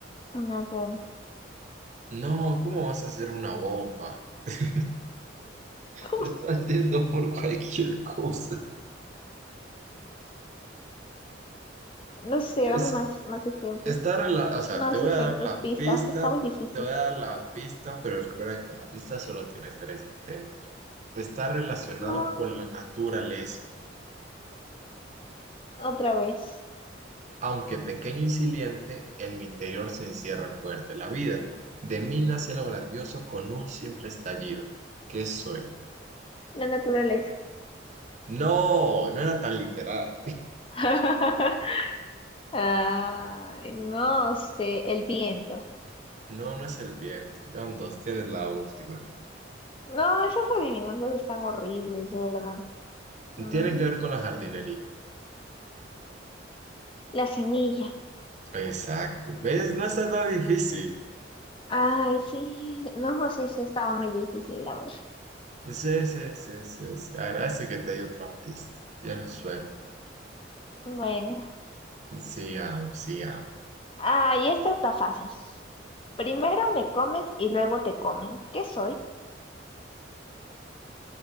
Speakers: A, on the left; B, on the right.
A: una bomba.
B: No, ¿cómo vas a hacer una bomba? <laughs>
A: <laughs>
B: Te estás yendo por cualquier cosa.
A: No sé,
B: Es,
A: dame más, más ejemplos.
B: Está rela- o sea,
A: Más
B: te voy
A: ejemplos,
B: a dar la
A: pistas.
B: pista,
A: Está muy difícil.
B: te voy a dar la pista, pero recuerda que con la pista solo tienes tres intentos. Está relacionado
A: No,
B: con la naturaleza.
A: otra vez.
B: Aunque pequeño y silente, en mi interior se encierra el poder de la vida. De mí nace lo grandioso con un simple estallido. ¿Qué soy?
A: La naturaleza.
B: No, no era tan literal.
A: <laughs> Ay, no sé, el viento.
B: No, no es el viento. John dos, tienes la última.
A: No, esas adivinanzas están horribles, de verdad. Mm,
B: Tiene que ver con la jardinería.
A: la semilla.
B: Exacto. ¿Ves? No está tan difícil.
A: Ay, sí. No, sí, sí, estaba muy difícil, la verdad.
B: Sí, sí, sí, sí, sí. Agradece que te di otra pista. Tienes suerte.
A: Bueno.
B: Sigamos, sigamos.
A: Ah, y esta está fácil. Primero me comes y luego te comen. ¿Qué soy?